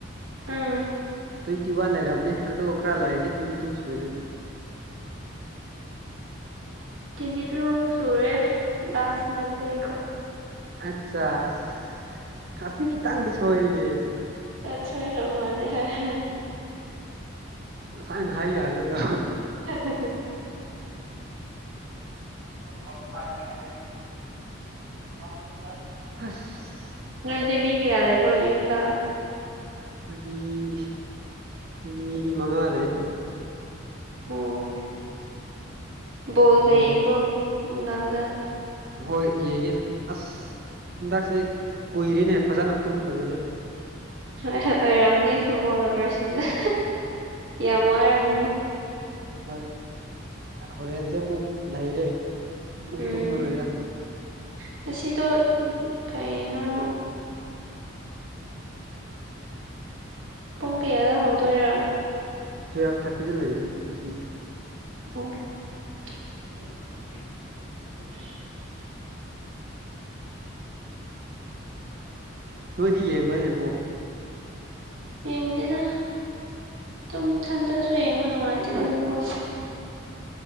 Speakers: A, on the right; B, on the right.
A: ꯑꯪ
B: ꯇ꯭ꯋꯦꯟꯇꯤ ꯋꯥꯟ ꯂꯩꯔꯕꯅꯦ ꯑꯗꯣ ꯈꯔ ꯂꯥꯏꯗꯤ ꯇ꯭ꯋꯦꯟꯇꯤ ꯇꯨ ꯁꯨꯔꯅꯤ
A: ꯇ꯭ꯋꯦꯟꯇꯤꯇꯨ ꯁꯨꯔꯦ ꯗꯥꯁ ꯃꯟꯗꯒꯤ ꯀꯣ
B: ꯑꯠꯆꯥ ꯑꯁ ꯀ
A: ꯍꯨꯝ
B: ꯈꯤꯇꯪꯗꯤ ꯁꯣꯏꯔꯤꯅꯦꯑꯩ
A: ꯑꯠ ꯁꯣꯏꯈꯔ ꯃꯥꯜꯂꯦ ꯍꯍꯦ
B: ꯉꯁꯥꯏꯅ ꯍꯥꯏ ꯌꯥꯗ꯭ꯔꯗꯣ
A: ꯍ ꯍ ꯍ ꯀꯝ ꯐꯅꯤ ꯍꯥꯏ <unintelligible>
B: ꯍꯁ
A: ꯅꯣꯏꯗꯤ ꯃꯤ ꯀꯌꯥ ꯂꯩꯕ꯭ꯔꯣ ꯌꯨꯝꯗ
B: ꯑꯩꯈꯣꯏꯗꯤ ꯑꯩꯈꯣꯏ ꯃꯤ ꯃꯉꯥ ꯂꯩ
A: ꯑꯣ ꯕꯣꯜ
B: ꯏꯃꯥ
A: ꯒ ꯌꯦꯡꯕ꯭ꯔꯣ
B: ꯕꯕꯥ
A: ꯅꯨꯡꯗꯥꯡꯗ
B: ꯍꯣꯏ ꯌꯦꯡꯉꯦ ꯑꯁ ꯍꯟꯗꯛꯁꯦ ꯀꯨꯏꯔꯦꯅꯦ ꯐꯖꯅ ꯇꯨꯝꯗꯕꯖꯦ
A: ꯍꯣꯏꯍꯣꯏ ꯑꯣꯏꯔꯝꯃꯅꯦ ꯐꯨꯠꯕꯣꯜ ꯂꯕꯔꯁꯤꯡꯗ ꯌꯥꯝ ꯋꯥꯔꯝꯃꯅꯤ
B: ꯍꯣꯏ ꯍꯣꯔꯦꯟꯁꯦ ꯑꯃꯨꯛ ꯂꯩꯔꯦ ꯑꯃꯨꯛ
A: ꯎꯝ
B: ꯇꯨꯝꯃꯔꯣꯏꯗ
A: ꯉꯁꯤꯗꯣ ꯀꯩꯅꯣ ꯄꯨꯡ ꯀꯌꯥꯗ ꯍꯧꯗꯣꯏꯔꯥ
B: ꯇꯨꯌꯦꯜꯐ ꯊꯥꯔꯇꯤꯗ ꯂꯩꯕꯅꯤ ꯉꯁꯤ
A: ꯑꯣ
B: ꯅꯣꯏꯗꯤ ꯌꯦꯡꯕ꯭ꯔꯅꯦ ꯕꯣ
A: ꯌꯦꯡꯗꯦꯗ ꯇꯨꯝꯏꯊꯟꯇꯁꯨ ꯌꯦꯡꯕ ꯅꯨꯡꯉꯥꯏꯇꯦ ꯗꯨꯒꯤꯀꯣ